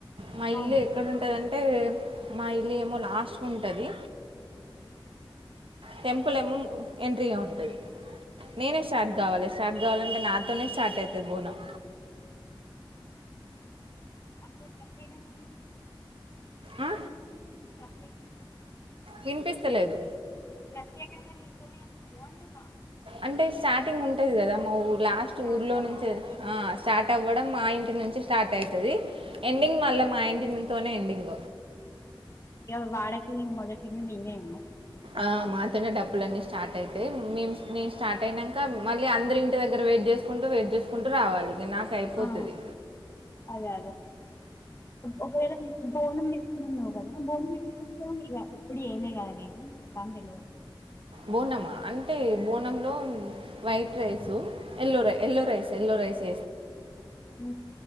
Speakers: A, on the right; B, on the left.
A: మా ఇల్లు
B: అవును
A: ఎక్కదుంటదంటే మా ఇల్లు ఏమో లాస్ట్ ఉంటది టెంపుల్ ఏమ్మో ఎంట్రి లో ఉంటది నేనే స్టార్ట్ కావాలి స్టార్ట్ కావాలంటే నాతోనే స్టార్ట్ అయితది బోనం
B: ఆహా అంటే ప్రత్యేకంగా నేను
A: ఆ?
B: ప్రత్యేకంగా ఎందుకు అంటున్నా
A: వినిపిస్తలేదు
B: ప్రత్యేకంగా నీతోనే ఎందుకు అంటున్న
A: అంటే స్టార్టింగ్ ఉంటది కదా మా ఊళ్ళ లాస్ట్
B: స్టార్ట్
A: ఊర్లో నుంచి
B: వాడ మీదేనా
A: స్టార్ట్ అవ డం మా ఇంటి నుంచి స్టార్ట్ అవుతుంది ఎండింగ్
B: అదే
A: మళ్ళ
B: అదే
A: మా ఇంటి తనే ఎండింగ్
B: ఏ వాడక మొదటి నుండీ నేనే
A: ఆ మాతోనే డప్పులన్నీ స్టార్ట్ అయితాయి మే నే స్టార్ట్ అయినాక మళ్ళీ అందరి ఇంటి దగ్గర వెయిట్ చేసుకుంటూ వెయిట్ చేసుకుంటూ రావాలి ఇక నాకు అయిపోతుంది
B: ఆ అదే అదే ఒకవేళ బోనం ఇస్తామన్నావు కదా బోనం ఎట్ల ఇస్తావు ఇప్పుడు చేయాలే కదా నేను నాకు తెలువదు
A: బోనమ అంటే బోనంలో white rice yellow rice yellow rice yellow rice
B: అ